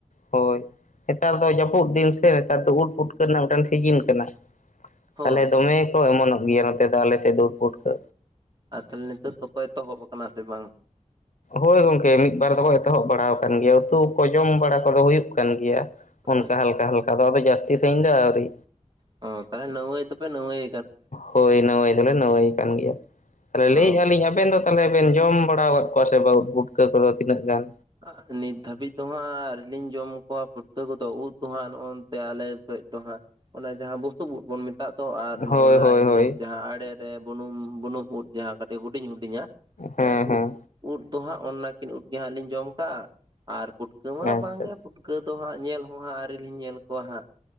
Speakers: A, on the left; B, on the right.
A: ᱦᱳᱭ ᱱᱮᱛᱟᱨ ᱫᱚ ᱡᱟᱹᱯᱩᱫ ᱫᱤᱱ ᱥᱮ ᱱᱮᱛᱟᱨ ᱫᱚ ᱩᱫ ᱯᱷᱩᱴᱠᱟᱹ ᱨᱮᱱᱟᱜ ᱢᱤᱫᱴᱟᱱ ᱥᱤᱡᱤᱱ ᱠᱟᱱᱟ
B: ᱦᱳᱭ
A: ᱛᱟᱦᱞᱮ ᱫᱚᱢᱮ
B: ᱦᱳᱭ
A: ᱠᱚ ᱮᱢᱚᱱᱚᱜ ᱜᱮᱭᱟ ᱱᱚᱛᱮ ᱫᱚ ᱟᱞᱮ ᱥᱮᱫ ᱫᱚ ᱩᱫ ᱯᱩᱴᱠᱟᱹ
B: ᱟᱨ ᱛᱟᱦᱚᱞᱮ ᱱᱤᱛᱚᱜ ᱫᱚᱠᱚ ᱮᱛᱚᱦᱚᱵ ᱟᱠᱟᱱᱟ ᱥᱮ ᱵᱟᱝ
A: ᱦᱳᱭ ᱜᱚᱝᱠᱮ ᱢᱤᱫᱵᱟᱨ ᱫᱚᱠᱚ ᱮᱛᱚᱦᱚᱵ ᱵᱟᱲᱟ ᱟᱠᱟᱱ ᱜᱮᱭᱟ ᱩᱛᱩ ᱠᱚ ᱡᱚᱢ ᱵᱟᱲᱟ ᱠᱚᱫᱚ ᱦᱩᱭᱩᱜ ᱠᱟᱱ ᱜᱮᱭᱟ
B: ᱦᱳᱭ
A: ᱚᱱᱠᱟ ᱦᱟᱞᱠᱟ ᱦᱟᱞᱠᱟ ᱫᱚ ᱟᱫᱚ ᱡᱟᱹᱥᱛᱤ ᱥᱟᱺᱦᱤᱡ ᱫᱚ ᱟᱹᱣᱨᱤ
B: ᱳᱻ ᱛᱟᱦᱮᱞᱮ ᱱᱚᱜ ᱚᱭ ᱛᱚ ᱯᱮ ᱱᱟᱹᱢᱟᱹᱭ
A: ᱦᱳᱭ ᱱᱟᱹᱢᱟᱹᱭ ᱫᱚᱞᱮ ᱱᱟᱹᱢᱟᱹᱭ ᱠᱟᱱ ᱜᱮᱭᱟ ᱛᱟᱦᱞᱮ
B: ᱚ
A: ᱞᱟᱹᱭᱮᱜᱼᱟ ᱞᱤᱧ ᱟᱵᱮᱱ ᱫᱚ ᱛᱟᱦᱚᱞᱮ ᱵᱮᱱ ᱡᱚᱢ ᱵᱟᱲᱟ ᱟᱠᱟᱫ ᱠᱚᱣᱟ ᱥᱮ ᱵᱟᱝ ᱩᱫ ᱯᱩᱴᱠᱟᱹ ᱠᱚᱫᱚ ᱛᱤᱱᱟᱹᱜ ᱜᱟᱱ
B: ᱟᱸᱦ ᱱᱤᱛ ᱫᱷᱟᱹᱵᱤᱡ ᱫᱚᱦᱟᱸᱜ ᱟᱨ ᱞᱤᱧ ᱡᱚᱢ ᱠᱚᱣᱟ ᱯᱷᱩᱴᱠᱟᱹ ᱠᱚᱫᱚ ᱩᱫ ᱫᱚ ᱦᱟᱸᱜ ᱱᱚᱜᱼᱚᱱ ᱱᱚᱱᱛᱮ ᱟᱞᱮ ᱥᱮᱫ ᱫᱚ ᱦᱟᱸᱜ ᱚᱱᱟ ᱡᱟᱦᱟᱸ ᱵᱩᱥᱩᱵ ᱩᱫ ᱵᱚᱱ ᱢᱮᱛᱟᱜ ᱛᱚ ᱟᱨ
A: ᱦᱳᱭ
B: ᱱᱚᱜᱼᱱᱟ
A: ᱦᱳᱭ
B: ᱤᱭᱟᱹ
A: ᱦᱳᱭ
B: ᱡᱟᱦᱟᱸ ᱟᱲᱮᱨᱮ ᱵᱩᱱᱩᱢ ᱵᱩᱱᱩᱢ ᱩᱫ ᱡᱟᱦᱟᱸ ᱠᱟᱹᱴᱤᱡ ᱦᱩᱰᱤᱧ ᱦᱩᱰᱤᱧᱟ
A: ᱦᱮᱸ
B: ᱩᱫ
A: ᱦᱮᱸ
B: ᱩᱫ ᱫᱚ ᱦᱟᱸᱜ ᱚᱱᱟᱠᱤᱱ ᱩᱫ ᱜᱮ ᱦᱟᱸᱜ ᱞᱤᱧ ᱡᱚᱢ ᱠᱟᱜ-ᱟ ᱟᱨ ᱯᱩᱴ ᱯᱩᱴᱠᱟᱹ ᱢᱟ
A: ᱟᱪᱪᱷᱟ
B: ᱵᱟᱝᱜᱮ ᱯᱩᱴᱠᱟᱹ ᱫᱚ ᱦᱟᱸᱜ ᱧᱮᱞ ᱦᱚᱸ ᱦᱟᱸᱜ ᱟᱨᱮᱞᱤᱧ ᱧᱮᱞ ᱠᱚᱣᱟ ᱦᱟᱸᱜ